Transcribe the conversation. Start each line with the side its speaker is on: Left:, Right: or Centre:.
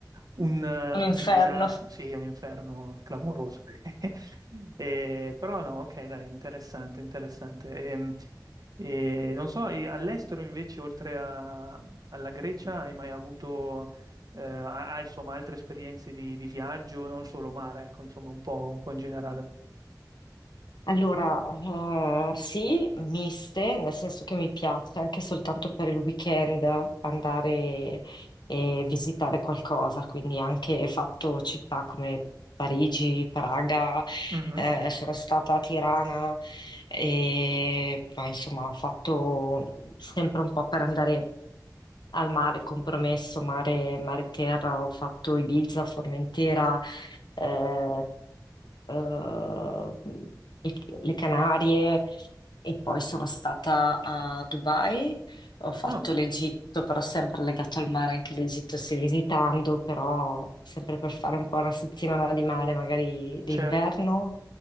Right: un, eh,
Left: Un
Right: un
Left: inferno.
Right: disastro, sì, è un inferno clamoroso. <laughs> Eh, però no, ok, dai, interessante, interessante. Ehm, eh, non so, e all'estero invece, oltre a- alla Grecia, hai mai avuto eh, a- a- insomma, altre esperienze di, di viaggio, non solo mare, ecco, insomma, un po', un po' in generale.
Left: Allora, eh, sì, miste, nel senso che mi piace anche soltanto per il weekend andare e visitare qualcosa, quindi anche fatto città come Parigi, Praga,
Right: Mhm.
Left: eh, sono stata a Tirana e poi insomma ho fatto sempre un po' per andare al mare, compromesso, mare, mare terra, ho fatto Ibiza, Formentera, eh, eh, i- le Canarie e poi sono stata a Dubai. Ho fatto
Right: Ah,
Left: l'Egitto, però sempre legato al mare, anche l'Egitto stai visitando, però sempre per fare un po' una settimana di mare, magari d'inverno.
Right: certo.